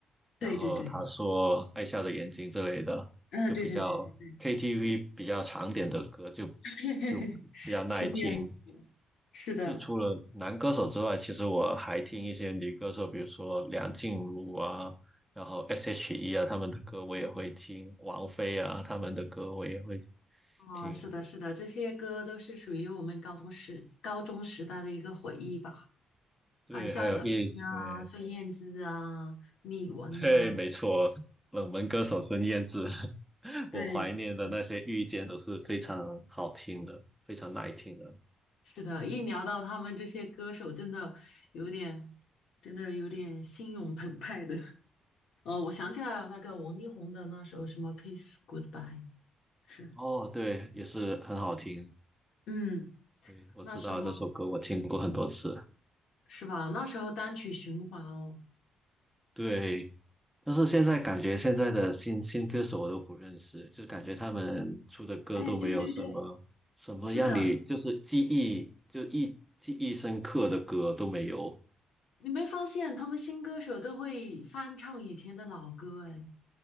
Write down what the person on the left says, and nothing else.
对对对，嗯，
对对对对，
<laughs>
是这样子的，是的。
啊，
是的，是的，这些歌都是属于我们高中时高中时代的一个回忆吧。
还有萧亚轩啊、
孙燕姿啊、李玟呐、
对，
是的。
是的，一聊到他们这些歌手，真的有点，真的有点心涌澎湃的。<laughs> 哦，我想起来了，那个王力宏的那首什么《Kiss Goodbye》，是，
嗯，
那时候
是吧？那时候单曲循环哦。
哎，对对对，是的，你没发现他们新歌手都会翻唱以前的老歌？哎，